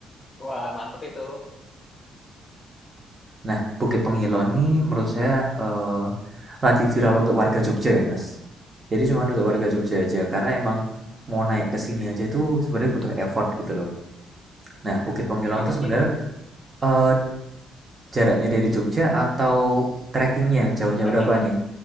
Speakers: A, on the left; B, on the right.
A: Wah, mantep itu.
B: Nah, Bukit Pengilon nih menurut saya eh, lagi viral untuk warga Jogja ya, Mas. Jadi cuma untuk warga
A: Mhm.
B: Jogja aja karena emang mau naik ke sini aja tuh sebenarnya butuh effort gitu loh. Nah, Bukit Pengilon
A: Berapa
B: tuh sebenarnya
A: kilo, Mas,
B: eh, jaraknya dari Jogja atau trekkingnya jauhnya
A: trekkingnya?
B: berapa nih?